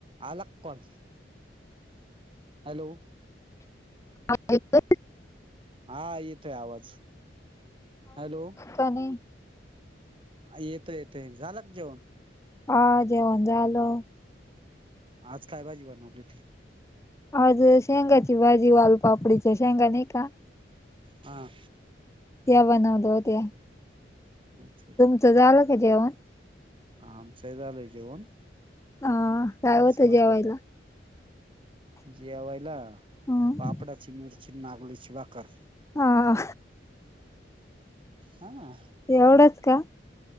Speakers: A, on the right; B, on the left.
A: आला कण हॅलो.
B: हा.
A: हा येतोय आवाज हॅलो.
B: का नाही?
A: येत येतंय झाला जेवण.
B: हा जेवण झालं.
A: आज काय भाजी बनवली ती.
B: आज शेंगाची भाजी, वाल पापडीच्या शेंगा नाही का.
A: हा.
B: ते बनवतो ते.
A: ह ठीक आहे <unintelligible>
B: तुमचं झालं का जेवण?
A: हा आमच झाल जेवण.
B: ह काय
A: तेच
B: होतं
A: म्हटलं
B: जेवायला?
A: जरा जेवायला
B: ह
A: पापडाची मिरची, नागलीची बाकर.
B: हा.
A: हा.
B: एवढंच का.